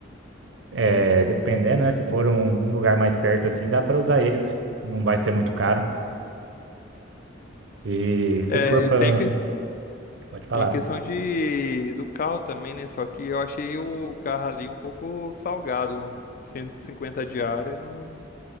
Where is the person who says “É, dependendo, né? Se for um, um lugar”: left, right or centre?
Right